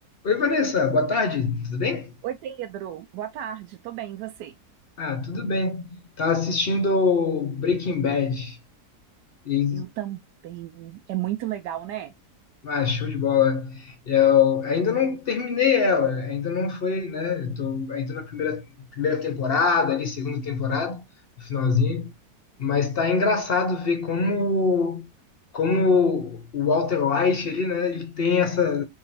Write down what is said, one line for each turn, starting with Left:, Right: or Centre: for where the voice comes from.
Left: Oi, Vanessa, boa tarde, tudo bem?
Right: Oi, Pedro. Boa tarde. Tô bem, e você?
Left: Ah, tudo bem. Tava assistindo Breaking Bad e
Right: Eu também. É muito legal, né?
Left: ah, show de bola. Eu ainda não terminei ela, ainda não foi, né? Eu tô ainda na primeira, primeira temporada, ali, segunda temporada, no finalzinho. Mas tá engraçado ver como, como o Walter White ali, né? Ele tem essas